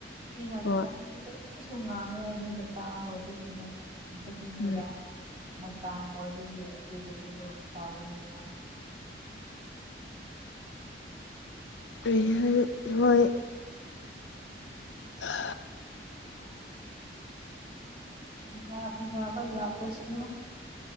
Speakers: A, on the right (about 35°); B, on the left (about 80°).
A: ꯏꯅ <unintelligible>
B: ꯍꯣꯏ
A: ꯀꯩꯁꯨ ꯉꯥꯡꯉꯔꯣꯏ ꯍꯥꯏꯗꯤ ꯃꯇꯥ ꯑꯃ ꯑꯣꯏꯕꯒꯤꯅꯠ ꯕꯒꯤꯅꯦꯕ
B: ꯎꯝ
A: ꯃꯇꯥꯝ ꯑꯣꯏꯕꯒꯤ ꯑꯗꯨꯒꯨꯝꯕꯗꯣ ꯇꯥꯎꯕꯅꯦꯕ
B: ꯍꯩ ꯍꯩ ꯍꯣꯏ ꯍꯥ
A: ꯐꯖꯥ ꯐꯖꯥꯕ ꯂꯥꯛꯂꯁꯨ